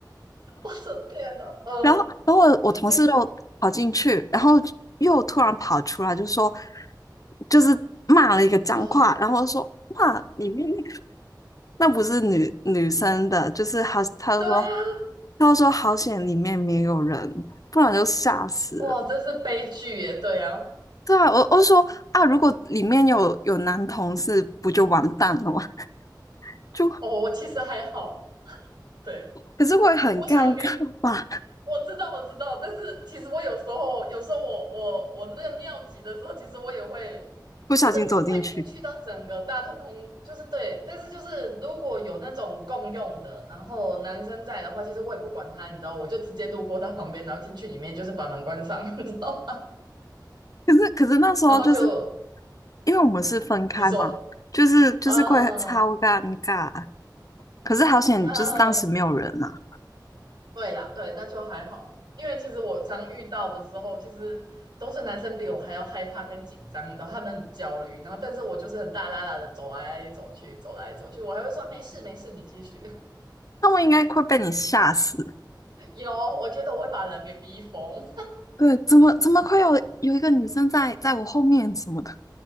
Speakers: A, on the right (about 75°); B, on the left (about 50°).
A: 我的天呐，哦，
B: 然后，然后我我同事就跑进去，
A: 这个
B: 然后又突然跑出来，就说，就是骂了一个脏话，
A: 哇，
B: 然后说，哇，里面那个那不是女女生的，就是他，他就说，
A: 对啊，
B: 他就说好险里面没有人，不然就吓死了。
A: 哇，这是悲剧耶，对啊，
B: 对啊，我我说啊，如果里面有有男同事，不就完蛋了吗？<laughs> 就
A: 哦，我其实还好，对，
B: 可是会很尴尬吧，
A: 我我想要跟你，我知道我知道，但是其实我有时候有时候我我我那个尿急的时候，其实我也会
B: <laughs> 不小心走进去。
A: 就是不会进去到整个大特空，就是对，但是就是如果有那种共用的，然后男生在的话，其实我也不管他，你知道，我就直接路过他旁边，然后进去里面，就是把门关上，<laughs> 你知道吗？
B: 可是可是那时候就是
A: 然后就
B: 因为我们是分开嘛，
A: 你说
B: 就是就是会超尴尬。
A: 啊啊，
B: 可是好险，
A: 啊
B: 就是当时没有人呐、啊
A: 对啦，对，那就还好，因为其实我常遇到的时候，其实都是男生比我还要害怕跟紧张，你知道，他们很焦虑，然后但是我就是很大啦啦的走来走去，走来走去，我还会说啊没事没事，你继续。
B: 那我应该会被你吓死。
A: <laughs> 有，我觉得我会把人给逼疯，
B: 对，怎么怎么会有有一个女生在在我后面什么的，